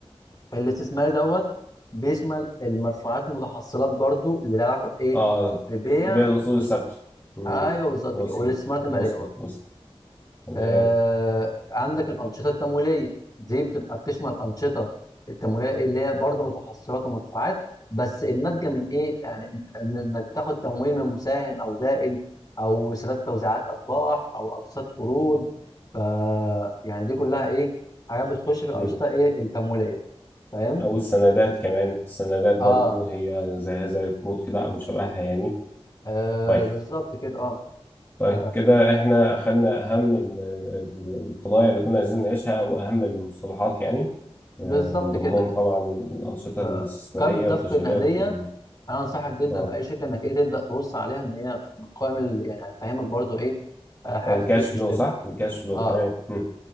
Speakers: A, on the left; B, on the left.
A: الاستثماري دوت بيشمل المدفوعات والمتحصلات برضو اللي لها علاقه بايه
B: اه
A: ببيع
B: بيع الأصول
A: وشراء
B: الثابتة مم.
A: ايوه بالظبط
B: وصلت
A: كده والاستثمارات الماليه
B: وصلت
A: برضو
B: وصلت تمام
A: آه عندك الأنشطة التمويلية دي بتبقى بتشمل أنشطة التمويلية اللي هي برضه متحصلات ومدفوعات بس الناتجة من إيه؟ يعني إن إن- إنك تاخد تمويل من مساهم أو دائن أو سداد توزيعات أرباح أو أقساط قروض ف يعني دي كلها إيه؟ حاجات بتخش في الأنشطة
B: مم.
A: إيه التمويلية فاهم؟
B: أو السندات كمان السندات برضو
A: آه,
B: هي زيها زي القروض كده أو شبهها يعني
A: آه
B: طيب
A: بالظبط كده آه
B: طيب
A: ف-
B: كده احنا اخدنا اهم ال- ال- القضايا اللي كنا عايزين نعيشها واهم المصطلحات يعني آه،
A: بالظبط
B: من ضمنهم
A: كده
B: طبعا الانشطه
A: فقائمة
B: الاستثماريه
A: الدفق
B: والتشغيليه
A: النقدية
B: والتمويليه
A: انا انصحك جدا
B: اه
A: في اي شركه انك ايه تبدا تبص عليها ان هي بتقيم ال- يعني هتفهمك برضو ايه آه، حاجات
B: الكاش
A: كتير في
B: فلو
A: الشركه
B: صح الكاش فلو
A: اه
B: تمام مم.